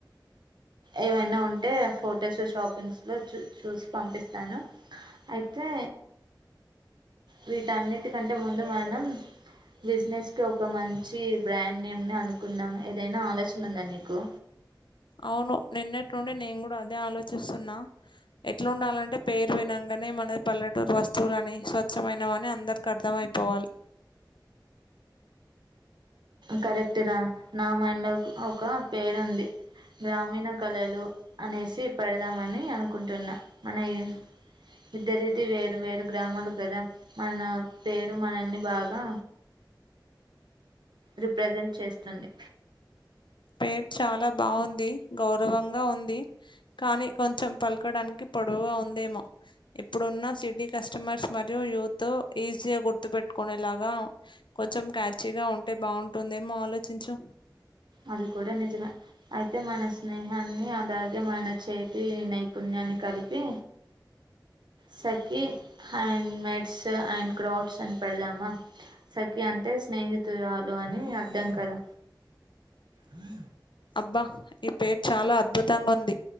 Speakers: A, on the right; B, on the left.
A: ఏవైనా ఉంటే ఫొటోస్ షాపింగ్స్ లో చూ చూసి పంపిస్తాను అయి తే వీటి అన్నిటికంటే ముందు మనం బిజినెస్ కి ఒక మంచి బ్రాండ్ నేమ్ ని అనుకుందాం ఏదైనా ఆలోచన ఉందా నీకు
B: అవును నిన్నటి నుండి నేను కూడా అదే ఆలోచిస్తున్నా ఎట్లా ఉండాలంటే పేరు వినంగా వెంటనే మనది పల్లెటూరు వస్తువులని స్వచ్ఛమైనవని అందరికీ అర్థమైపోవాలి
A: కరెక్ట్ రా నా మైండ్ లో ఒక పేరు ఉంది. గ్రామీణ కళలు అనేసి పెడదామని అనుకుంటున్నా మన ఇ ఇద్దరిది వేరు వేరు గ్రామాలు కదా మన పేరు మనల్ని బాగా రిప్రెజెంట్ చేస్తుంది.
B: పేరు చాలా బాగుంది గౌరవంగా ఉంది కానీ కొంచెం పలకడానికి పొడువుగా ఉందేమో ఇప్పుడున్న సిటీ కస్టమర్స్ మరియు యూత్ ఈజీ గా గుర్తు పెట్ కొనే లాగా కొంచెం క్యాచీగా ఉంటే బాగుంటుందేమో ఆలోచించు.
A: అది కూడా నిజమే అయితే మన స్నేహ న్ని అలాగే మన చేతి నైపుణ్యాన్ని కలిపి సఖీ హ్యాండ్ మేడ్స్ అండ్ క్రౌడ్స్ అని పెడదామా సఖీ అంటే స్నేహితురాలు అని అర్థం కదా! హ
B: అబ్బా ఈ పేరు చాలా అద్భుతంగా ఉంది